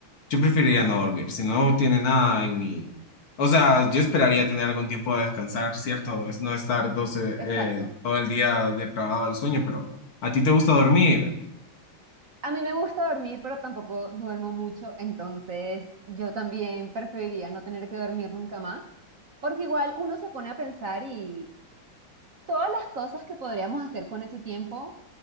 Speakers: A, on the left; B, on the right.
A: Yo preferiría no dormir, si no tiene nada en mi... O sea, yo esperaría tener algún tiempo de descansar, ¿cierto? Es no estar 12,
B: Exacto.
A: eh, todo el día depravado del sueño, pero ¿a ti te gusta dormir?
B: A mí me gusta dormir, pero tampoco duermo mucho, entonces yo también preferiría no tener que dormir nunca más, porque igual uno se pone a pensar y todas las cosas que podríamos hacer con ese tiempo,